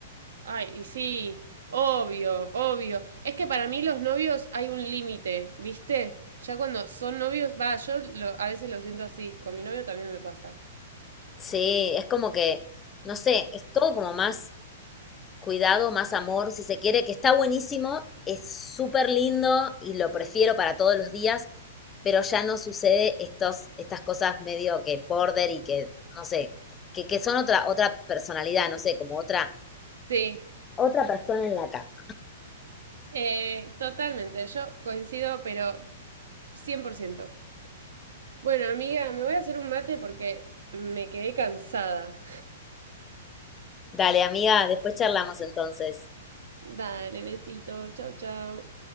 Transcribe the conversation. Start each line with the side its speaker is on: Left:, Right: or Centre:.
Right: Ay, y sí, obvio, obvio. Es que para mí los novios hay un límite, ¿viste? Ya cuando son novios, va, yo lo- a veces lo siento así, con mi novio también me pasa.
Left: Sí, es como que, no sé, es todo como más cuidado, más amor, si se quiere, que está buenísimo, es súper lindo y lo prefiero para todos los días, pero ya no sucede estos, estas cosas medio que border y que, no sé, que, que son otra, otra personalidad, no sé, como otra,
Right: Sí,
Left: otra persona en la cama.
Right: Eh, totalmente, yo coincido, pero 100%. Bueno, amiga, me voy a hacer un mate porque me quedé cansada.
Left: Dale, amiga, después charlamos entonces.
Right: Dale, besito, chau, chau.